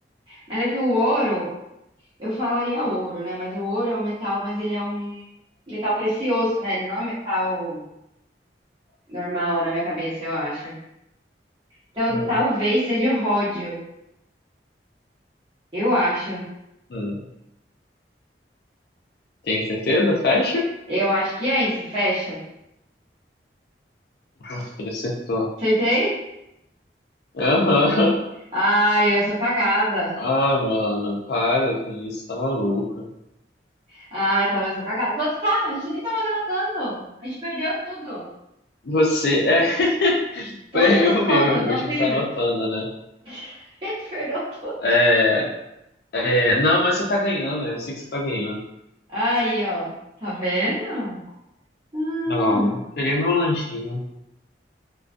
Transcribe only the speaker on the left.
Hum,
hum. Tem certeza? Fecha?
Acho ele acertou.
Aham. <laughs>
Ah, mano, para com isso, tá maluco.
Você é. <laughs>
Foi erro
meu, erro meu,
a gente tá anotando, né?
É, é, não, mas você tá ganhando, eu sei que você tá ganhando.
Logo, queria meu lanchinho.